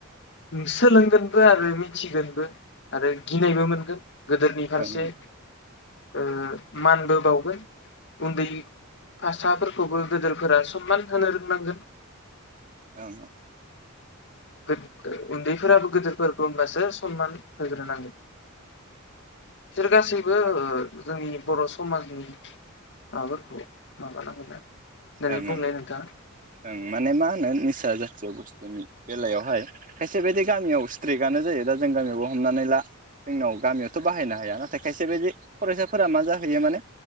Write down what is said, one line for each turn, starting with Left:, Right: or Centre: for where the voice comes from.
Left: सोलोंगोनबो आरो मिथिगोनबो आरो गिनायबो मोनगोन गोदोरनि फारसे
Right: ओं ओं
Left: ओ मानबो बावगोन उन्दै फासाफोरखौबो गोदोरफोरा सनमान होनो रोंनांगोन
Right: औ
Left: गोद उन्दैफोराबो गोदोरफोरखौ होमबासो सनमान होग्रोनांगोन। बिसोर गासैबो ओ जोंनि बर' समाजनि माबाफोरखौ माबानांगोन आरो देनाय
Right: ओं
Left: बुंलाय
Right: ओं
Left: नोंथाङा
Right: ओं माने मा होनो निसा जाथियाव बुस्थ जोंनि बेलायावहाय खायसे बायदि गामियाव स्ट्रिकआनो जायो दा जों गामियावबो हमनानै ला जोंनाव गामियावथ' बाहायनो हाया नाथाय खायसे बायदि फरायसाफोरा मा जाहैयो माने